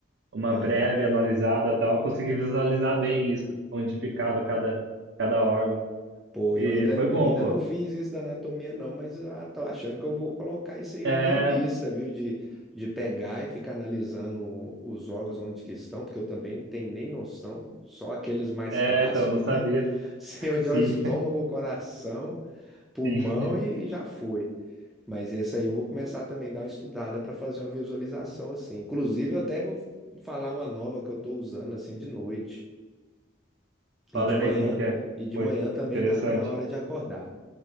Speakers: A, on the right (about 75°); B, in the centre.
A: uma
B: Ah,
A: breve analisada, tal, eu consegui visualizar bem isso, onde ficava cada cada órgão.
B: pô,
A: E
B: eu ainda,
A: foi bom,
B: eu ainda
A: pô.
B: não fiz isso da anatomia não, mas ah, tô achando que eu vou colocar isso aí
A: É,
B: na minha lista, viu? De, de pegar e ficar analisando o- os órgãos onde que estão, porque eu também não tenho nem noção, só aqueles mais
A: é,
B: clássicos,
A: então não sabia.
B: né? <laughs> Sei onde
A: Sim,
B: é o estômago, o coração. pulmão
A: <laughs> sim.
B: e já foi. Mas esse aí eu vou começar também a dar uma estudada para fazer uma visualização assim. Inclusive, eu até vou falar uma nova que eu estou usando assim de noite e
A: Fala
B: de manhã
A: aí como que é.
B: e de
A: Foi
B: manhã também
A: interessante.
B: na, na hora de acordar.